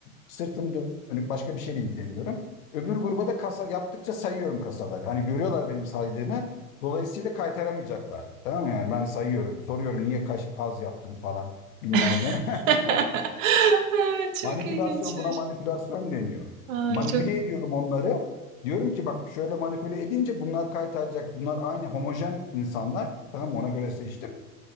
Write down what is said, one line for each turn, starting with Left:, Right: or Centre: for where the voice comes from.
Left: sırtım dönük başka bir şeyle ilgileniyorum. Öbür gruba da kasa yaptıkça sayıyorum kasaları. Hani görüyorlar benim saydığımı. Dolayısıyla kaytaramayacaklar. Tamam mı? Yani ben sayıyorum. Soruyorum niye kaç az yaptın falan bilmem
Right: <laughs>
Left: ne. <laughs>
Right: Ay, Çok
Left: Manipülasyon
Right: ilginçmiş.
Left: buna manipülasyon deniyor.
Right: Ay,
Left: Manipüle
Right: çok
Left: ediyorum onları. Diyorum ki bak şöyle manipüle edince bunlar kaytaracak. Bunlar aynı homojen insanlar. Tamam mı? ona göre seçtim.